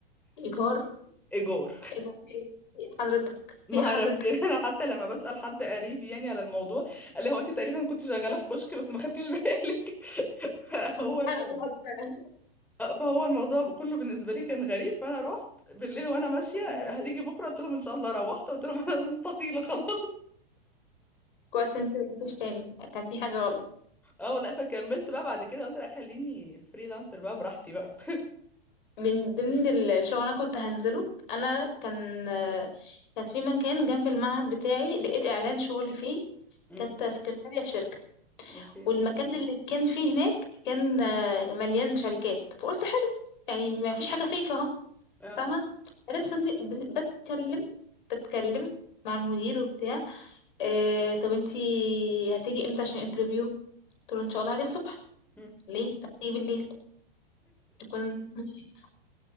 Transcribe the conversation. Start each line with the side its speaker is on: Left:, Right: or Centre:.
Left: ايجار
Centre: ايجار
Left: ايه ده في ايه في إيه حضرتك
Centre: <laughs> ما
Left: في ايه حضرتك
Centre: اعرفش يعني
Left: <laughs>
Centre: انا حتى لما بسال حد قريب يعني على الموضوع قال لي هو انت تقريبا كنت شغاله في كشك بس ما خدتش بالك <laughs> فهو
Left: في
Centre: الموضوع
Left: حاجة غلط فعلا.
Centre: فهو الموضوع كله بالنسبه لي كان غريب فانا رحت بالليل وانا ماشيه
Left: <laughs>
Centre: هتيجي بكره قلت لهم ان شاء الله روحت قلت لهم انا مستقيله خلاص
Left: كويس انتي ما قلتيش تاني كان في حاجة غلط
Centre: اه لا فكملت بقى بعد كده قلت لا خليني فريلانسر بقى براحتي بقى <laughs>
Left: من ضمن ال- الشغل اللي انا كنت هنزله انا كان كان في مكان جنب المعهد بتاعي لقيت اعلان شغلي فيه
Centre: امم
Left: كانت سكرتارية في شركة
Centre: اوكي
Left: والمكان اللي كان فيه هناك كان آه، مليان شركات فقلت حلو يعني ما فيش حاجة فيك اهو
Centre: اه
Left: فاهمة لسه بن- ب- بتكلم بتكلم مع المدير وبتاع آه طب انتي هتيجي امتى عشان انترفيو قلت له ان شاء الله هاجي الصبح
Centre: امم
Left: ليه طب تيجي بالليل تكون الناس مشيت